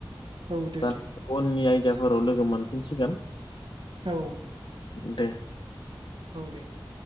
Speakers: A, on the right; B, on the left.
A: औ औ दे
B: जानाय
A: दे
B: उननि आयदाफोराव लोगो मोनफिनसिगोन
A: औ
B: दे
A: औ दे दे